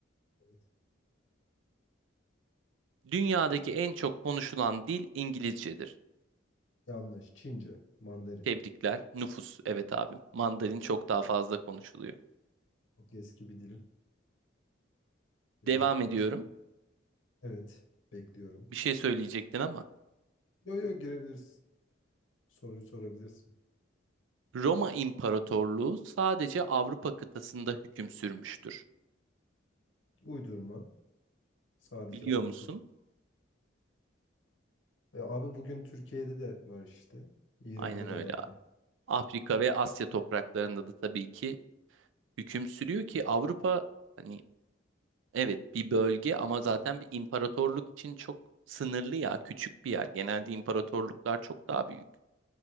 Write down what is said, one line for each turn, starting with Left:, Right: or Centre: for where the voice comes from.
Left: Evet,
Right: Dünyadaki en çok konuşulan dil İngilizcedir.
Left: Yanlış. Çince, Mandarin.
Right: Tebrikler. Nüfus. Evet abim. Mandarin çok daha fazla konuşuluyor.
Left: Çok eski bir dil. Ve
Right: Devam ediyorum.
Left: cid- evet, bekliyorum.
Right: Bir şey söyleyecektin ama.
Left: Yo yo girebilirsin. Soruyu sorabilirsin.
Right: Roma İmparatorluğu sadece Avrupa kıtasında hüküm sürmüştür.
Left: Uydurma. Sadece
Right: Biliyor
Left: Avrupa.
Right: musun?
Left: kıt- E, abi bugün Türkiye'de de var işte. İran'da
Right: Aynen öyle.
Left: da var.
Right: abi. Afrika ve Asya topraklarında da tabii ki hüküm sürüyor ki Avrupa hani evet bir bölge ama zaten bir imparatorluk için çok sınırlı ya küçük bir yer. Genelde imparatorluklar çok daha büyük.